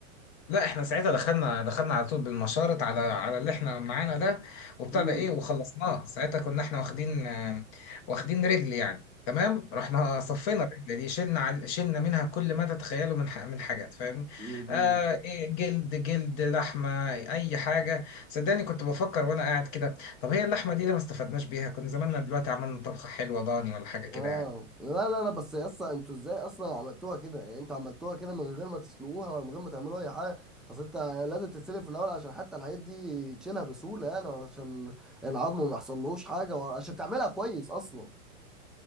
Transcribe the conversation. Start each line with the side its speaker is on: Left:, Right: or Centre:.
Left: لا احنا ساعتها دخلنا دخلنا على طول بالمشارط على على اللي احنا معانا ده وبتاع
Centre: امم
Left: ده ايه وخلصناه ساعتها كنا احنا واخدين آه، واخدين رجل يعني تمام رحنا صفينا الرجل دي شلنا عل- شلنا منها كل ما تتخيله من ح- من حاجات فاهم
Centre: امم
Left: آه إيه جلد جلد لحمه اي حاجه صدقني كنت بفكر وانا قاعد كده طب هي اللحمه دي ليه ما استفدناش بيها كنا زماننا دلوقتي عملنا طبخه حلوه ضاني ولا حاجه كده
Centre: اه
Left: يعني
Centre: لا لا لا بس يا اسطى انتوا ازاي اصلا عملتوها كده يعني انتوا عملتوها كده من غير ما تسلقوها ولا من غير ما تعملوا اي حاجه اصل انت لازم تتسلق في الاول عشان حتى الحاجات دي تشيلها بسهوله يعني وعشان العظم ما يحصلوش حاجه وعشان تعملها كويس اصلا